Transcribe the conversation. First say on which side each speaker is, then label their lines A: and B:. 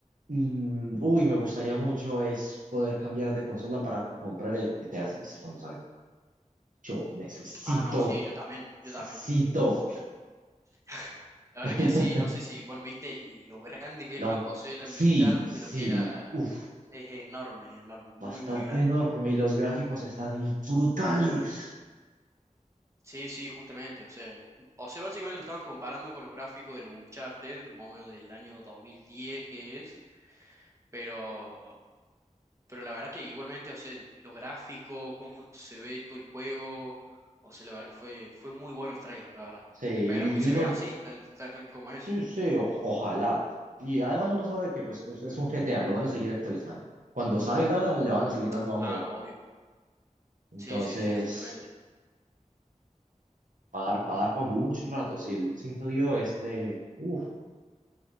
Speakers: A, on the right; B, on the right.
A: Mm, uy, me gustaría mucho es poder cambiar de consola para comprar el GTA 6 cuando salga. Yo necesito
B: Ah, no, sí, yo también,
A: Cito.
B: yo también. <laughs> La verdad
A: <laughs>
B: que sí, no sé si, bueno, viste el- lo grande que
A: Lo-
B: es el mapa, o sea, la
A: sí,
B: mitad
A: sí,
B: de lo que era,
A: uff,
B: es enorme, enorme, muy,
A: está
B: muy grande.
A: enorme y los gráficos están brutales.
B: Sí, sí, justamente, o sea, o sea, básicamente lo estaban comparando con los gráficos del Uncharted, más o menos del año 2010 que es, pero, pero la verdad que igualmente, o sea, los gráficos, cómo se ve todo el juego, o sea, la verdad que fue, fue muy bueno el tráiler, la verdad.
A: Sí, y,
B: Esperemos que
A: y
B: se
A: uno,
B: vea así, tal, tal como es.
A: sí, sí, oj- ojalá. Y además uno sabe que pues es, es un GTA, lo van a seguir actualizando. Cuando salga, le van a seguir dando amor.
B: Claro, obvio.
A: Entonces,
B: Sí, sí, sí, justamente.
A: va a dar, va a dar para muchos ratos. Y el 5 dio este, uff,